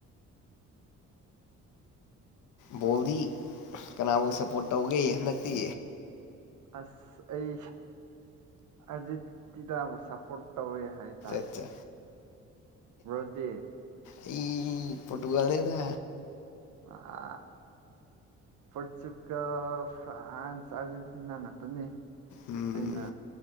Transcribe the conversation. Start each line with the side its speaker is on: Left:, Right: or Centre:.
Left: ꯕꯣꯜꯗꯤ ꯀꯅꯥꯕꯨ ꯁꯞꯄꯣꯔꯠ ꯇꯧꯒꯦ ꯍꯟꯗꯛꯇꯤ꯫
Right: ꯑꯁ ꯑꯩ ꯑꯥꯔꯖꯦꯟꯇꯤꯅꯥ ꯑꯃꯨꯛ ꯁꯄꯣꯔꯠ ꯇꯧꯋꯦ ꯍꯥꯏꯇꯥꯔꯦ
Left: ꯑꯠꯆꯥ
Right: ꯕꯔꯣꯗꯤ꯫
Left: ꯑꯩ ꯐꯣꯇꯒꯂꯅꯤꯗ꯫
Right: <unintelligible> <unintelligible> ꯄꯣꯔꯆꯨꯒꯜ ꯐ꯭ꯔꯥꯟꯁ ꯑꯔꯖꯦꯟꯇꯤꯅꯥ ꯉꯥꯛꯇꯅꯤ꯫
Left: ꯎꯝ
Right: ꯑꯩꯅ